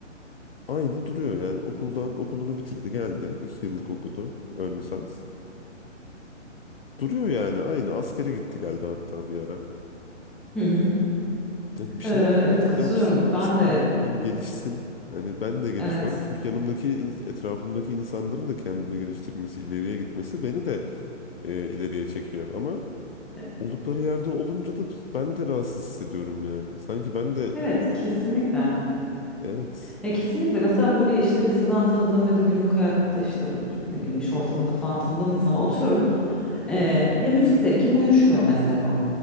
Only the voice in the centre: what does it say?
hı hı.
Eee, evet katılıyorum.
Ben
de
evet.
E,
Evet kesinlikle.
Ya kesinlikle mesela böyle işte liseden tanıdığım ya da günlük hayatta işte böyle ne bileyim iş ortamında falan tanıdığım insana atıyorum. eee, ya müzik zevkim uyuşmuyor mesela.